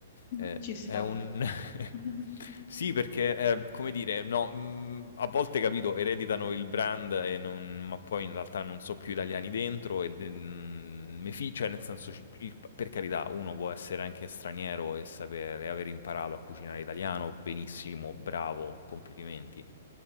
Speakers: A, on the left; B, on the left.
A: <laughs>
B: ehm,
A: ci sta.
B: è un <laughs>
A: <laughs>
B: Sì, perché, ehm, come dire, no, mhmm, a volte, capito, ereditano il brand e non ma poi in realtà non so più italiani dentro e de mhmm, me fi cioè nel senso c il per carità, uno può essere anche straniero e sapere aver imparato a cucinare italiano, benissimo, bravo, complimenti.